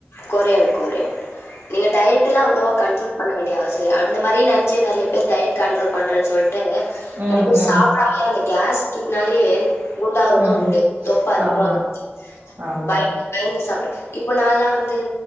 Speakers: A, on the left (about 80°); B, on the right (about 65°).
A: கொறையும் கொறையும். நீங்க டயட்லாம் அவ்வளவா கண்ட்ரோல் <unintelligible> அந்த மாரி நெனைசி நெறய பேர் டையட் கண்ட்ரோல் பண்றன் சொல் ட்டு
B: ம்
A: அதுகொஸ்
B: ம்
A: சாப்புடாமையே <unintelligible> கேஸ் டிக்னாலயே குண்டாவறது
B: ம்
A: உண்டு தொப்ப அதிகமாடுச்ச
B: ஆமா ஆமா
A: பய பயந்து சாப்ர இப்போ நான்ல்லா வந்து